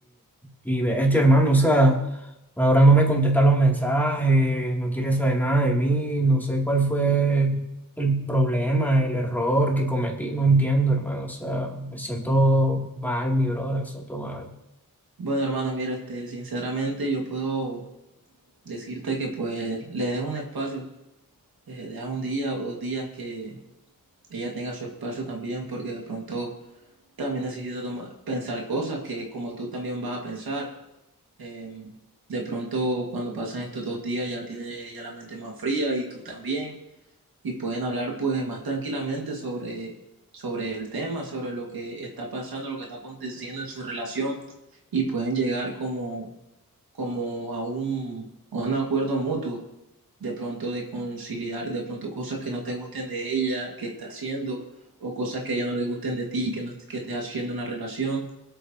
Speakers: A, in the centre; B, on the right (about 85°).
A: y, y bestia, hermano, o sea, ahora no me contesta los mensajes, no quiere saber nada de mí, no sé cuál fue el problema, el error que cometí, no entiendo, hermano, o sea, me siento mal, mi brother, me siento mal.
B: Bueno, hermano, mira, este sinceramente yo puedo decirte que pues le des un espacio, eh, deja un día o dos días que ella tenga su espacio también porque de pronto también necesita tomar- pensar cosas que como tú también vas a pensar Eh, de pronto, cuando pasan estos dos días, ya tiene ya la mente más fría y tú también, y pueden hablar pues más tranquilamente sobre, sobre el tema, sobre lo que está pasando, lo que está aconteciendo en su relación, y pueden llegar como, como a un, a un acuerdo mutuo, de pronto de conciliar, de pronto cosas que no te gusten de ella, que está haciendo, o cosas que a ella no le gusten de ti, que, no, que estés haciendo en la relación